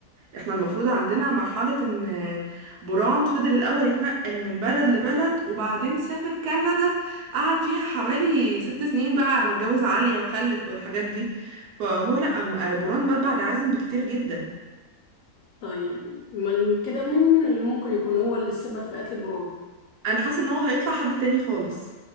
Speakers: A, on the right (about 70°); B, on the left (about 65°).
A: احنا المفروض عندنا مرحلة ان بوران فضل الاول يتنقل من بلد لبلد وبعدين سافر كندا قعد فيها حوالي ست سنين بقى على ما اتجوز عالية وخلف والحاجات دي فهو لا بوران مات بعد عازم بكتير جدا
B: طيب امال كده مين من اللي ممكن يكون هو اللي السبب في قتل برونو
A: انا حاسه ان هو هيطلع حد تاني خالص